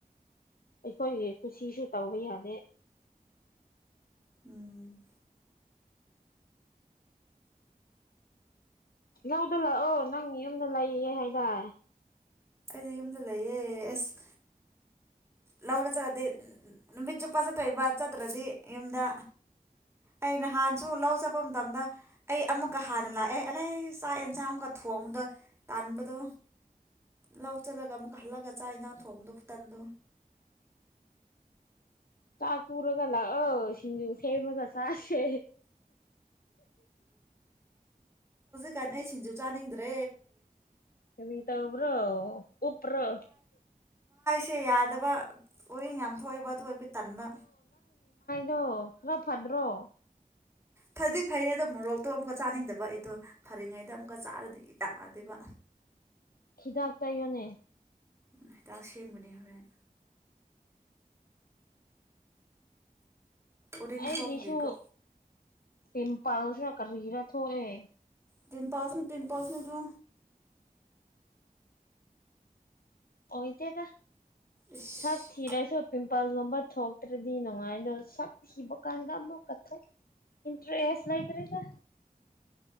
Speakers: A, on the left; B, on the right.
A: ꯑꯩꯈꯣꯏꯒꯤ ꯈꯨꯁꯤꯁꯨ ꯇꯧꯕ ꯌꯥꯗꯦ
B: ꯎꯝ
A: ꯅꯧꯗ ꯂꯥꯛꯑꯣ ꯅꯪ ꯌꯨꯝꯗ ꯂꯩꯌꯦ ꯍꯥꯏꯇꯥꯔꯦ
B: ꯑꯩꯗꯤ ꯌꯨꯝꯗ ꯂꯩꯌꯦ ꯑꯁ ꯂꯧꯔ ꯆꯠꯂꯗꯤ ꯅꯨꯃꯤꯠ ꯆꯨꯞꯄ ꯆꯠꯇꯣꯏꯕ ꯆꯠꯇ꯭ꯔꯗꯤ ꯌꯨꯝꯗ
A: <inaudible>
B: ꯑꯩ ꯅꯍꯥꯟꯁꯨ ꯂꯧ ꯆꯠꯄ ꯃꯇꯝꯗ ꯑꯩ ꯑꯃꯨꯛꯀ ꯍꯥꯟꯅ ꯂꯥꯛꯑꯦ ꯑꯦꯂ ꯆꯥꯛ ꯌꯦꯟꯁꯥꯡ ꯑꯃꯛꯀ ꯊꯣꯡꯉꯗ ꯇꯥꯟꯕꯗꯣ ꯂꯧ ꯆꯠꯂꯒ ꯑꯃꯨꯛ ꯍꯜꯂꯒ ꯆꯥꯛ ꯌꯦꯟꯁꯥꯡ ꯊꯣꯡꯕꯗꯣ ꯈꯨꯇꯟꯗꯣ
A: ꯆꯥ ꯀꯔꯒꯂ ꯑ ꯁꯤꯖ ꯁꯦꯃꯒ ꯆ ꯍ
B: ꯀꯟ ꯑꯩ ꯁꯤꯡꯖꯨ ꯆꯥꯅꯤꯡꯗ꯭ꯔꯦ
A: ꯀꯕꯤꯇꯥ ꯎꯕ꯭ꯔꯣ ꯎ꯭ꯔꯣ
B: ꯁꯦ ꯌꯥꯗꯕ ꯎꯔꯡ ꯌꯥꯝ ꯊꯣꯛꯑꯦꯕ ꯑꯗꯨ ꯑꯣꯏꯕꯒꯤ ꯇꯟꯕ
A: ꯗꯣ ꯔ ꯐꯟ꯭ꯔꯣ
B: ꯐꯗꯤ ꯐꯩꯌꯦ ꯑꯗꯣ ꯃꯣꯔꯣꯛꯇꯣ ꯑꯃꯨꯛꯀ ꯆꯥꯅꯤꯡꯗꯕ ꯑꯩꯗꯣ ꯐꯔꯤꯉꯩꯗ ꯑꯃꯨꯛꯀ ꯆꯥꯔꯗꯤ ꯌꯥꯔꯗꯦꯕ
A: ꯈꯤꯗꯥꯥꯛ ꯇꯥꯏꯌꯣꯅꯦ
B: ꯍꯤꯗꯥꯛ ꯁꯦꯝꯒꯅꯤ ꯍꯣꯔꯦꯟ ꯎꯔꯤꯡ
A: ꯑꯩꯒꯤꯁꯨ
B: ꯊꯣꯛꯄꯒꯤꯀꯣ
A: ꯄꯤꯝꯄꯜꯁꯨ ꯀꯔꯤꯔ ꯊꯣꯛꯑꯦ
B: ꯄꯤꯟ ꯄꯥꯁꯅꯦ ꯄꯝ ꯄꯥꯁꯅꯦ
A: ꯑꯣ ꯏꯠꯇꯗ
B: ꯏꯁ
A: ꯁꯥꯛ ꯊꯔꯦꯁꯨꯣ ꯄ ꯄꯥ ꯋꯥꯝꯕ ꯊꯣꯛꯇ꯭ꯔꯗꯤ ꯅꯨꯡꯉꯥꯏꯅ ꯁ ꯊꯕ ꯀꯥꯟꯗ ꯑꯃ ꯀꯊꯣꯛ ꯏꯟꯇꯔꯁ ꯂ ꯏꯇꯔꯔꯤꯗ